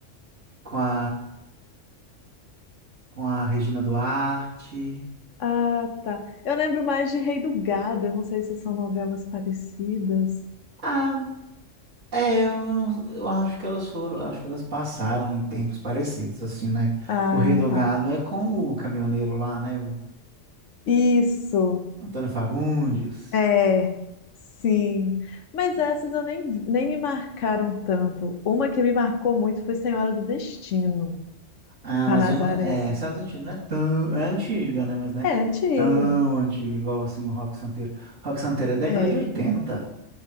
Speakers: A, on the right; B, on the left.
A: com a, com a Regina Duarte.
B: Ah, tá. Eu lembro mais de Rei do Gado. Eu não sei se são novelas parecidas.
A: Ah. É, eu, não- eu acho que elas foram, acho que elas passaram em tempos parecidos, assim, né?
B: Ah,
A: O Rei do
B: tá.
A: Gado é com o caminhoneiro lá, né? O
B: Isso.
A: Antônio Fagundes.
B: É. Sim. Mas essas eu nem, nem me marcaram tanto. Uma que me marcou muito foi Senhora do Destino,
A: Ah,
B: com
A: mas
B: a Nazaré.
A: já não é, é Sala dos Antigos não é tão, é antiga, né? Mas não é
B: É antiga.
A: tão antiga igual, assim, o Rock Santeiro. Rock Santeiro é década
B: É,
A: de oitenta.